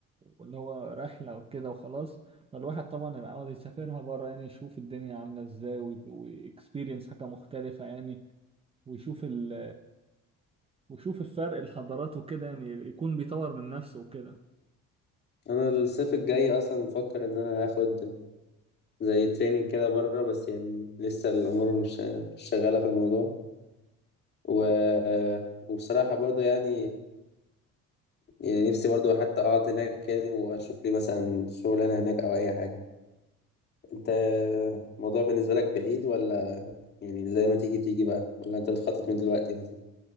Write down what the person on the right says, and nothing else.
اللي هو رحله وكده وخلاص فالواحد طبعا يبقى عاوز يسافرها بره يعني يشوف الدنيا عامله ازاي واكسبيرينس حاجه مختلفه يعني ويشوف ال ويشوف الفرق الحضارات وكده يعني يكون بيطور من نفسه وكده